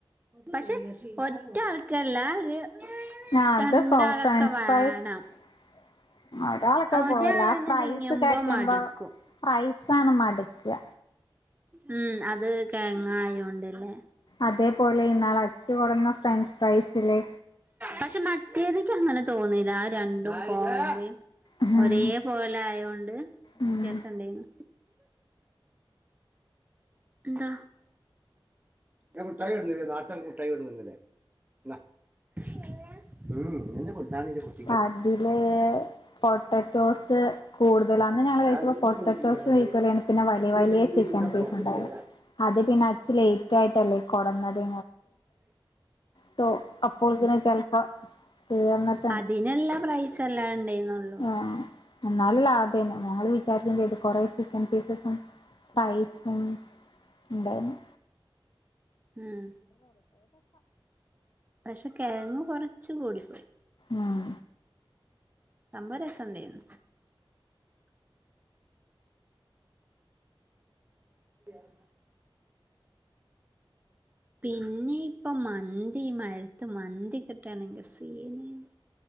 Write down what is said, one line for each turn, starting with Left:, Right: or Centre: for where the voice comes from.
Right: പക്ഷെ ഒറ്റയാൾക്കല്ലാ ഒരു
Left: ആഹ് അത്
Right: രണ്ടാളൊക്കെ
Left: <unintelligible>
Right: വേണം
Left: ഒരാളൊക്കെ
Right: ഒരാളന്നെ
Left: പോരാ ഫ്രൈസു
Right: തിന്നുമ്പോ
Left: കഴിക്കുമ്പോ
Right: മടുക്കും
Left: പ്രൈസാണ് മടുക്കുക
Right: ഉം, അത് <unintelligible> ഉണ്ടല്ലേ
Left: അതേപോലെ ഇന്നാള് അച്ചു കൊടന്ന ഫ്രഞ്ച് ഫ്രൈസില്ലേ
Right: പക്ഷെ മറ്റേതിക്കങ്ങനെ തോന്നീല്ല ആ രണ്ടും <inaudible>
Left: ഉം
Right: ഒരേ പോല ആയോണ്ട്
Left: ഉം
Right: രസം ഇണ്ടേനു. ന്താ ഞാൻ മുട്ടായി കൊടന്നിലെ നേരത്തെ അനക്ക് മുട്ടായി കൊടന്നന്നിലെ <unintelligible>
Left: അതില് പൊട്ടറ്റോസ് കൂടുതലാ. അന്ന് ഞങ്ങള് കഴിച്ചപ്പോ
Right: ആഹ് ഇതന്നെ
Left: പൊട്ടറ്റോസ്
Right: ഇന്റെ കുട്ടിക്ക് കൊടുത്താണ്
Left: കയ്ക്കൂല്ല.
Right: ഇത്
Left: പിന്നെ വലിയ വലിയ
Right: ഇന്റെ കുട്ടിക്ക്
Left: ചിക്കൻ
Right: തീരെ
Left: പീസ്
Right: പോരാ ഇത്
Left: ഉണ്ടായിരുന്നു.
Right: ജീവനാ
Left: അത് പിന്നെ അച്ചൻ ലേറ്റായിട്ടല്ലേ കൊടന്നത് സോ അപ്പോൾക്കിന് ചെലപ്പോ തീർന്നിട്ട്
Right: അതിന്ള്ള പ്രൈസെല്ലാം ഇണ്ടേയ്ന്നൊള്ളു.
Left: ആഹ് ന്നാലും ലാഭേന്നു. ഞങ്ങള് വിചാരിക്കും ചെയ്തു കൊറെ ചിക്കൻ പീസസും റൈസും ഇണ്ടായിന്നു.
Right: ഉം പക്ഷെ കെഴങ്ങ് കൊറച്ച് കൂടിപ്പോയി.
Left: ഉം
Right: സംഭവം രസണ്ടേന്നു. <inaudible> പിന്നെ ഇപ്പൊ മന്തി മഴത്ത് മന്തി കിട്ടാണെങ്കി സീനേന്നു.